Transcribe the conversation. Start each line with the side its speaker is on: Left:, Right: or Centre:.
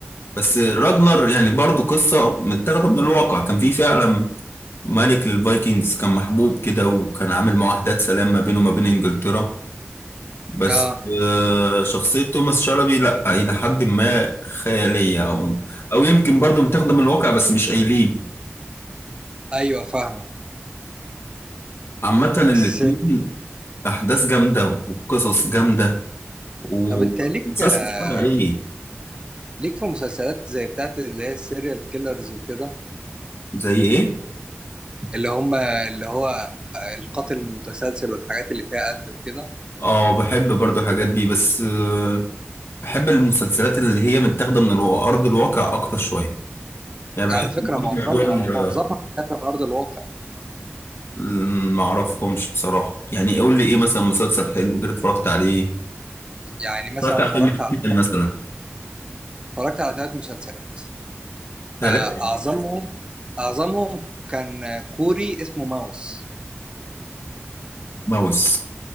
Left: بس راجنر يعني برضو قصة متاخدة من الواقع كان في فعلا ملك للفايكنجز كان محبوب كده وكان عامل معاهدات سلام ما بينه وما بين إنجلترا بس
Right: اه
Left: آه، شخصية توماس شلبي لا إلى حد ما خيالية أو أو يمكن برضو متاخدة من الواقع بس مش قايلين
Right: ايوه فاهمك
Left: عامة الاتنين
Right: بس
Left: أحداث جامدة وقصص جامدة ومسلسل
Right: طب انت ليك آه،
Left: اتفرج عليه
Right: ليك في مسلسلات زي بتاعت اللي هي السيريال كيلرز وكده
Left: زي ايه
Right: اللي هم اللي هو القاتل المتسلسل والحاجات اللي فيها قتل وكده
Left: اه بحب برضو الحاجات دي بس آه، بحب المسلسلات اللي هي متاخده من الو- ارض الواقع اكتر شويه يعني بحب
Right: على فكرة
Left: برضو
Right: معظمها
Left: موضوع ال-
Right: معظمها بتتكلم من أرض الواقع
Left: ال- ما اعرفهمش بصراحه يعني قول لي ايه مثلا مسلسل حلو كده اتفرجت عليه
Right: يعني مثلا
Left: اتفرجت على
Right: اتفرجت
Left: فيلم
Right: على
Left: جدا مثلا
Right: اتفرجت على ثلاث مسلسلات
Left: ثلاث
Right: آه، أعظمهم أعظمهم كان كوري اسمه ماوس
Left: ماوس